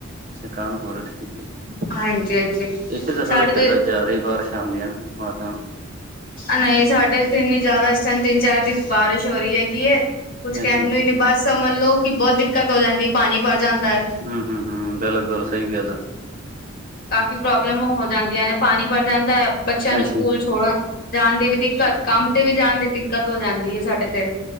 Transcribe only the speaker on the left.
ਹਾਂਜੀ ਹਾਂਜੀ
ਸਾਡੇ
ਤੇ
ਨਹੀਂ ਸਾਡੇ ਇੱਥੇ ਇੰਨੇ ਜ਼ਿਆਦਾ। ਇਸ ਟਾਈਮ ਤਿੰਨ -ਚਾਰ ਦਿਨ ਬਾਰਿਸ਼ ਹੋ ਰਹੀ ਹੈਗੀਐ। ਕੁਛ ਕਹਿਣ
ਨੂੰ ਹੀ ਨੀ। ਬਸ ਸਮਝ ਲਓ ਕਿ ਬਹੁਤ ਦਿੱਕਤ ਹੋ ਜਾਂਦੀ, ਪਾਣੀ ਭਰ ਜਾਂਦਾ ਹੈ।
ਕਾਫ਼ੀ ਪ੍ਰੋਬਲਮ ਹੋ ਜਾਂਦੀਆਂ ਨੇ, ਪਾਣੀ ਭਰ ਜਾਂਦਾ ਹੈ। ਬੱਚਿਆਂ ਨੂੰ
ਸਕੂਲ ਛੋੜਨ ਜਾਣ ਦੀ ਵੀ ਦਿੱਕਤ। ਕੰਮ ਤੇ ਵੀ ਜਾਣ ਦੀ ਦਿੱਕਤ ਹੋ ਜਾਂਦੀ ਹੈ ਸਾਡੇ ਤੇ।